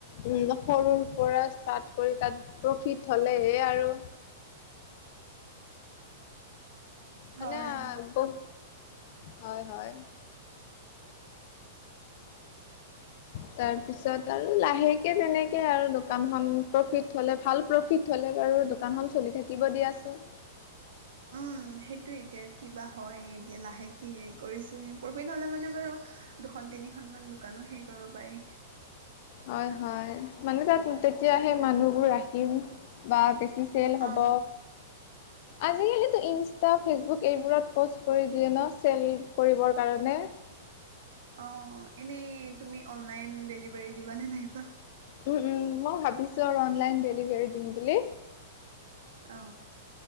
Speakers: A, on the left; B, on the right.
A: উম, সৰুৰ পৰা ষ্টাৰ্ট কৰি তাত প্ৰফিট হ'লেহে আৰু
B: <inaudible>
A: মানে
B: হয়
A: আ বহুত, হয়, হয়।
B: <inaudible>
A: তাৰপিছত আৰু লাহেকে তেনেকে আৰু দোকানখন প্ৰফিট হ'লে ভাল প্ৰফিট হ'লে বাৰু দোকান খন চলি থাকিব দিয়াচোন।
B: <inaudible> উম, সেইটোয় এতিয়া কিবা হয়। এতিয়া লাহেকে হেৰি কৰিছো, প্ৰৰ্ফিত হ'লে মানে বাৰু দুখন-তিনিখনমানা দোকানো হেৰি কৰিব পাৰি।
A: হয়, হয়। মানে তাত তেতিয়াহে মানুহবোৰ আহিম বা বেছি চেল হ'ব।
B: অ
A: আজিকালিতো ইনষ্টা, ফেচবুক এইবোৰত প'ষ্ট কৰি দিয়ে ন চেল কৰিবৰ কাৰণে।
B: অ', এনেই তুমি অনলাইন ডেলিভাৰী দিব নে নাইবা?
A: উম, উম। মই ভাবিছো আৰু অনলাইন ডেলিভাৰী দিম বুলি।
B: অ